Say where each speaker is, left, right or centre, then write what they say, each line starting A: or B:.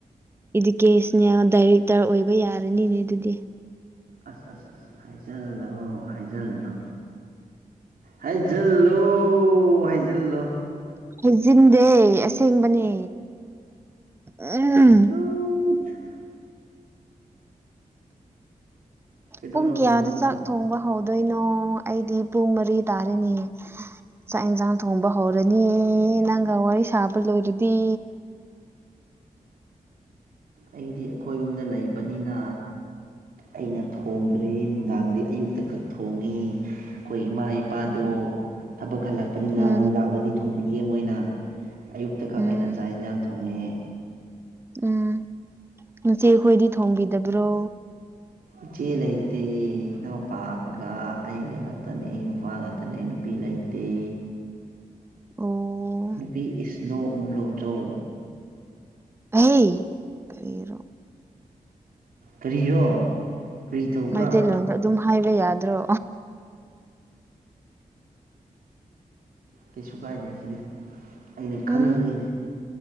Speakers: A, on the right (about 15°); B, on the right (about 85°).
A: ꯏꯗꯨꯀꯦꯁꯅꯦꯜ ꯗꯥꯏꯔꯦꯛꯇꯔ ꯑꯣꯏꯕ ꯌꯥꯔꯅꯤꯅꯦ ꯑꯗꯨꯗꯤ
B: ꯑꯁ ꯑꯁ ꯑꯁ ꯍꯥꯏꯖꯤꯜꯂꯣ ꯍꯥꯏꯖꯤꯜꯂꯣ ꯍꯥꯏꯖꯤꯜꯂꯣ ꯍꯥꯏꯖꯜꯂꯣ
A: ꯍꯩꯖꯤꯟꯗꯦ ꯑꯁꯦꯡꯕꯅꯦ ꯎꯝ
B: ꯍ <unintelligible> ꯀꯩꯗꯧꯔꯝꯃꯤꯅꯣ
A: ꯄꯨꯡ ꯀꯌꯥꯗ
B: ꯅꯪꯕꯣ
A: ꯆꯥꯛ ꯊꯣꯡꯕ ꯍꯧꯗꯣꯏꯅꯣ ꯑꯩꯗꯤ ꯄꯨꯡ ꯃꯔꯤ ꯇꯥꯔꯦꯅꯦ ꯆꯥꯛ ꯍꯤꯟꯖꯥꯡ ꯊꯣꯡꯕ ꯍꯧꯔꯅꯤ ꯅꯪꯒ ꯋꯥꯔꯤ ꯁꯥꯕ ꯂꯣꯏꯔꯗꯤ
B: ꯑꯩꯗꯤ ꯑꯩꯈꯣꯏ ꯌꯨꯝꯗ ꯂꯩꯕꯅꯤꯅ ꯑꯩꯅ ꯊꯣꯡ ꯭ꯔꯦ ꯅꯨꯡꯗꯥꯡꯗꯤ ꯑꯌꯨꯛꯇ ꯈꯛ ꯊꯣꯡꯉꯤ ꯑꯩꯈꯣꯏ ꯏꯃꯥ ꯏꯄꯥꯗꯣ ꯊꯕꯛ ꯍꯜꯂꯛꯄ ꯄꯅꯤꯅ
A: ꯎꯝ
B: ꯅꯨꯡꯗꯥꯡꯗꯗꯤ ꯊꯣꯡꯕꯤꯌꯦ ꯃꯣꯏꯅ ꯑꯌꯨꯛꯇꯈꯛ
A: ꯎꯝ
B: ꯑꯩꯅ ꯆꯥꯛ ꯍꯤꯟꯖꯥꯡ ꯊꯣꯡꯉꯦ
A: ꯎꯝ ꯅꯆꯦ ꯈꯣꯏꯗꯤ ꯊꯣꯡꯕꯤꯗꯕ꯭ꯔꯣ
B: ꯏꯆꯦ ꯂꯩꯇꯦ ꯏꯅꯥꯎꯄꯥꯒ ꯑꯩꯒ ꯈꯛꯇꯅꯦ ꯅꯨꯄꯥ ꯈꯛꯇꯅꯦ ꯅꯨꯄꯤ ꯂꯩꯇꯦ ꯇꯤ
A: ꯑꯣ
B: ꯅꯨꯄꯤ ꯏꯁꯅꯣ ꯎꯝꯂꯧꯆꯧ
A: ꯍꯩ ꯀꯔꯤꯔꯣ
B: ꯀꯔꯤꯔꯣ ꯀꯔꯤ ꯇꯧꯕ꯭ꯔꯥ
A: ꯃꯩꯇꯩꯂꯣꯟꯗ ꯑꯗꯨꯝ ꯍꯥꯏꯕ ꯌꯥꯗ꯭ꯔꯣ
B: ꯀꯩꯁꯨ ꯀꯥꯏꯗꯦ ꯁꯤꯗꯤ ꯑꯩꯅ ꯈꯪꯕꯒꯤꯅꯤ
A: ꯎꯝ